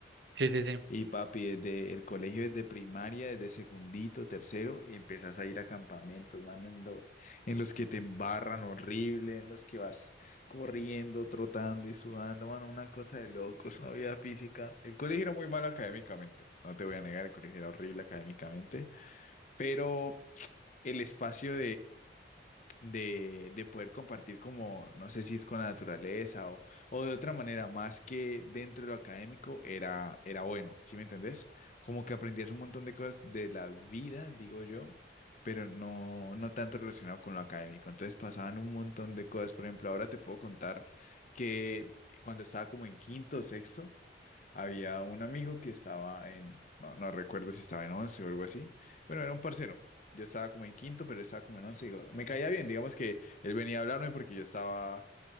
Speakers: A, on the right; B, on the left.
A: Sí, sí, sí.
B: Y papi, desde el colegio, desde primaria, desde secundito, tercero, y empiezas a ir a campamentos, mano, en, lo- en los que te embarran horrible, en los que vas corriendo, trotando y sudando, mano, una cosa de locos, una vida física. El colegio era muy malo académicamente, no te voy a negar, el colegio era horrible académicamente, pero el espacio de, de poder compartir como, no sé si es con la naturaleza o, o de otra manera, más que dentro de lo académico, era, era bueno, ¿sí me entendés? Como que aprendías un montón de cosas de la vida, digo yo, pero no, no tanto relacionado con lo académico. Entonces pasaban un montón de cosas. Por ejemplo, ahora te puedo contar que cuando estaba como en quinto o sexto, había un amigo que estaba en, no, no recuerdo si estaba en 11 o algo así. Bueno, era un parcero. Yo estaba como en quinto, pero él estaba como en 11. Digo, me caía bien, digamos que él venía a hablarme porque yo estaba